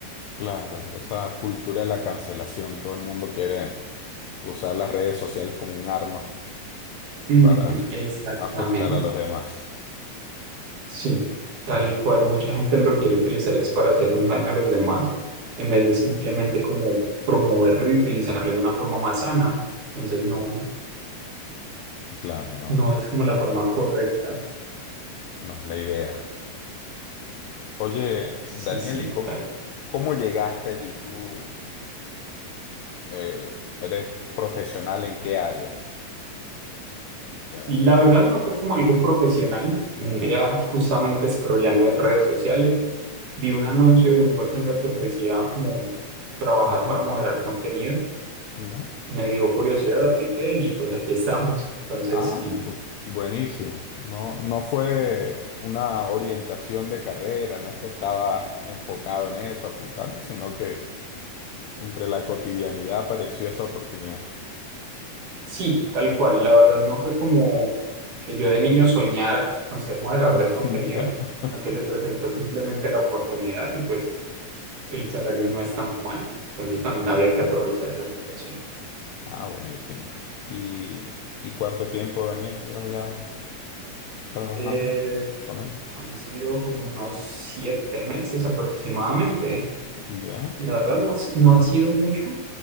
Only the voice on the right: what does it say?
Ujú,
exactamente,
sí, tal cual mucha gente lo quiere utilizar es para hacer un daño a los demás, en vez de simplemente como promoverlo y utilizarlo de una forma más sana, entonces no,
no es como la forma correcta.
Sí,
sí,
tal.
La verdad no fue como algo profesional.
Un día, justamente scrolleando en redes sociales, vi un anuncio de un call center que ofrecía como trabajar
para moderar contenido.
Me dio curiosidad, apliqué y pues aquí estamos. Entonces,
sí,
sí, tal cual. La verdad no fue como que yo de niño soñara con ser moderador
de contenido,
sino que se presentó simplemente la oportunidad y pues el salario no está mal. Entonces
también había que aprovechar esa situación.
Eh,
Han sido como unos siete meses aproximadamente.
La verdad no, ha si- no ha sido mucho,